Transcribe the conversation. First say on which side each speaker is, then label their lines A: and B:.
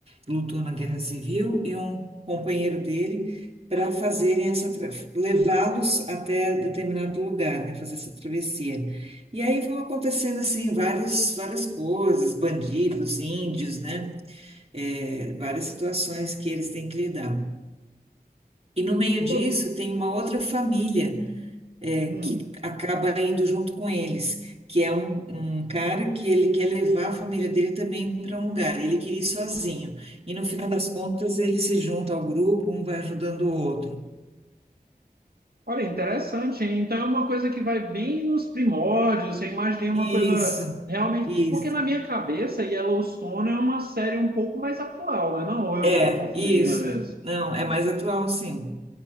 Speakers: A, on the right (about 40°); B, on the right (about 75°).
A: lutou na Guerra Civil e um companheiro dele para fazerem essa tra- levá-los até determinado lugar, né, fazer essa travessia. E aí vão acontecendo assim vários, várias coisas, bandidos, índios, né? é, várias situações que eles têm que lidar. E no meio disso
B: Pô,
A: tem uma outra família é,
B: hum.
A: que acaba indo junto com eles, que é um, um cara que ele quer levar a família dele também para um lugar. Ele queria ir sozinho. E no final das contas ele se junta ao grupo, um vai ajudando o outro.
B: Olha, interessante, hein? Então é uma coisa que vai bem nos primórdios. Eu imaginei uma
A: Isso,
B: coisa realmente.
A: isso.
B: Porque na minha cabeça, Yellowstone é uma série um pouco mais atual, né? Não, ou eu
A: É,
B: que estou confundindo
A: isso.
B: às vezes.
A: Não, é mais atual, sim.